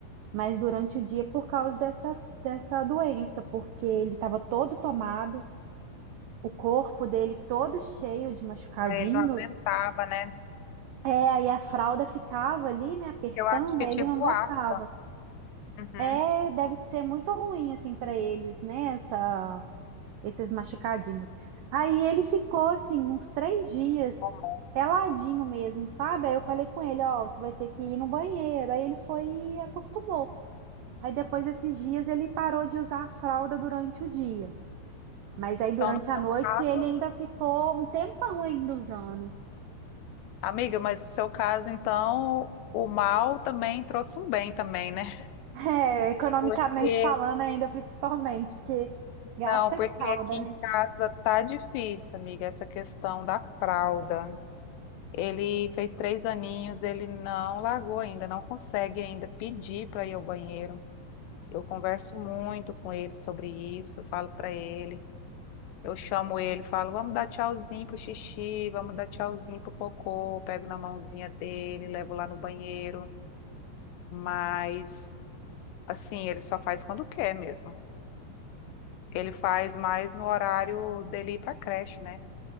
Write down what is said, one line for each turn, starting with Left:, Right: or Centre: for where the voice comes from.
Right: Mas durante o dia, por causa dessas, dessa doença, porque ele estava todo tomado, o corpo dele todo cheio de machucadinho.
Left: Aí ele não aguentava, né?
Right: É, aí a fralda ficava ali, né? Apertando,
Left: Eu acho que
Right: aí
Left: é tipo
Right: ele não gostava.
Left: afta. Uhum.
Right: É, deve ser muito ruim, assim, para eles, né? Essa esses machucadinhos. Aí ele ficou assim, uns três dias,
Left: Hormônio.
Right: peladinho mesmo, sabe? Aí eu falei com ele, ó, você vai ter que ir no banheiro. Aí ele foi e acostumou. Aí depois desses dias ele parou de usar a fralda durante o dia. Mas aí
Left: Então,
Right: durante
Left: no
Right: a
Left: seu
Right: noite
Left: caso,
Right: ele ainda ficou um tempão ainda usando. <laughs>
Left: amiga, mas o seu caso, então, o mal também trouxe um bem também, né?
Right: É, economicamente
Left: Porque
Right: falando ainda principalmente, porque gasta
Left: Não, porque
Right: fralda,
Left: aqui em
Right: né?
Left: casa tá difícil, amiga, essa questão da fralda. Ele fez três aninhos, ele não largou ainda, não consegue ainda pedir para ir ao banheiro. Eu converso muito com ele sobre isso, falo para ele, eu chamo ele, falo, vamos dar tchauzinho pro xixi, vamos dar tchauzinho pro cocô, pego na mãozinha dele, levo lá no banheiro, mas assim, ele só faz quando quer mesmo. Ele faz mais no horário dele ir para creche, né?